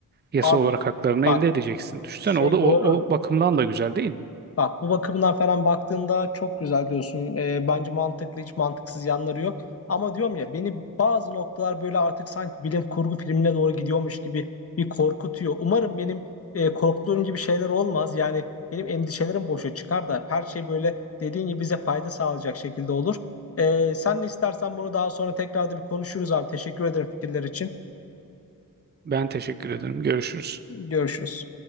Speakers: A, on the right; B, on the left.
A: yasal
B: Abi
A: olarak haklarını
B: bak
A: elde edeceksin. Düşünsene
B: şey
A: o da
B: doğru.
A: o, o bakımdan da güzel değil mi?
B: Bak bu bakımdan falan baktığında çok güzel diyorsun. Ee, bence mantıklı hiç mantıksız yanları yok. Ama diyorum ya beni bazı noktalar böyle artık sanki bilim kurgu filmine doğru gidiyormuş gibi bir korkutuyor. Umarım benim e, korktuğum gibi şeyler olmaz. Yani benim endişelerim boşa çıkar da her şey böyle dediğin gibi bize fayda sağlayacak şekilde olur. Ee, sen de istersen bunu daha sonra tekrar da bir konuşuruz abi. Teşekkür ederim fikirler için.
A: Ben teşekkür ederim. Görüşürüz.
B: Görüşürüz.